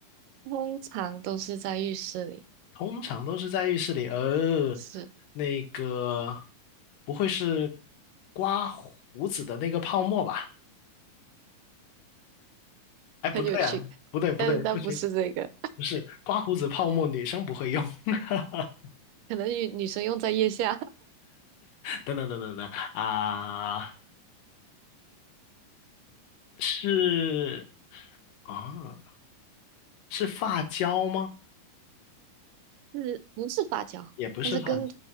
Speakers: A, on the right (about 80°); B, on the left (about 80°).
A: 通常都是在浴室里，
B: 通常都是在浴室里，呃，
A: 是
B: 那个不会是刮胡子的那个泡沫吧？哎，不对啊，
A: 很有趣，
B: 不对不对，
A: 但是但不是这个，
B: 不行，不是刮胡子泡沫，女生不会用。<laughs>
A: 可能女女生用在腋下，
B: 等等等等等啊，是啊，是发胶吗？
A: <laughs> 是不是发胶？
B: 也不是发，
A: 但是跟